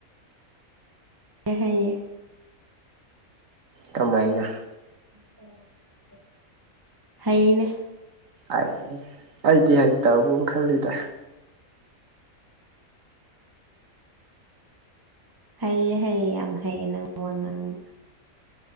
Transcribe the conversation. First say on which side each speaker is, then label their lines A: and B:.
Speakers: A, on the right; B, on the right.
A: ꯀ ꯍꯥꯏꯌꯦ
B: ꯀꯃꯥꯏꯅ
A: ꯎꯝ ꯍꯩꯅꯦ
B: ꯑꯩ ꯑꯩꯗꯤ ꯍꯩꯇꯕꯒꯨꯝ ꯈꯜꯂꯤꯗ
A: ꯍꯩꯌꯦ ꯍꯩꯌꯦ ꯌꯥꯝ ꯍꯩꯑ ꯅꯪ ꯋꯥ ꯉꯥꯡꯕ